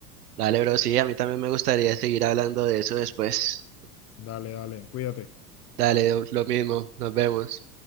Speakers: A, on the right; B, on the left.
A: Dale, bro, sí, a mí también me gustaría seguir hablando de eso después.
B: Dale, dale, cuídate.
A: Dale, lo mismo, nos vemos.